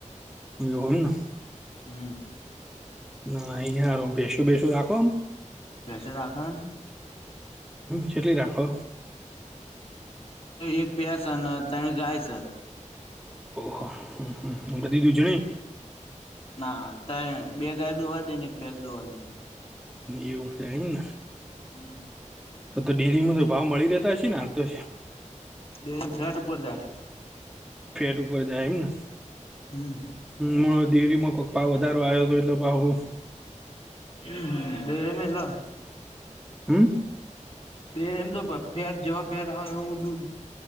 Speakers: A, in the centre; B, on the left (about 45°).
A: જોમ <unintelligible>
B: હમ.
A: ના હ બેસુ બેસું રાખ.
B: કશ રાખન.
A: જેટલી રાખો?
B: એક પૈસ અને ત્રણ ગાય છે.
A: ઓહ હ હ બધી દૂજણી.
B: ના ત બે ગાય દોવા દઈ ને એક પસ દોવા દઈ.
A: એવું થાય ને.
B: હમ.
A: તો તો ડેરીમાં તો ભાવ મળી રહેતા હશે ને આ તો?
B: બે હજાર ઉપર જાય.
A: ફેટ ઉપર જા હમને.
B: હમ
A: હ હ ડેરીમાં કોઈક ભાવ વધારો આવ્યો હતો એટલે ભાવ.
B: હમ હમ બેરે મલા.
A: હમ.
B: બે એમ તો ફેર જવા ફેર આવે એવું દૂધ.